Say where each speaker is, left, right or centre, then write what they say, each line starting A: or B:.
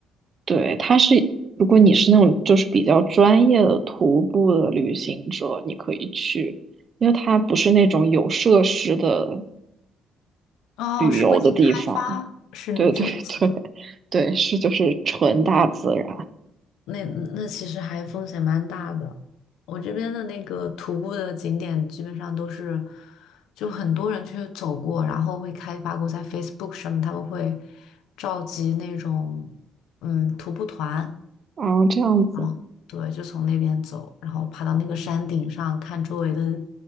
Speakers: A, on the right; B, on the left.
A: 对，它是，如果你是那种就是比较专业的徒步的旅行者，你可以去，因为它不是那种有设施的
B: 哦，
A: 旅游的地方。
B: 是未经开发，是这个意思吗？
A: 对对对 <laughs> 对，是就是纯大自然
B: 那那其实还风险蛮大的。我这边的那个徒步的景点基本上都是，就很多人去走过，然后会开发过，在 Facebook 上面他们会召集那种嗯徒步团，
A: 啊，这样子，
B: 然后对，就从那边走，然后爬到那个山顶上看周围的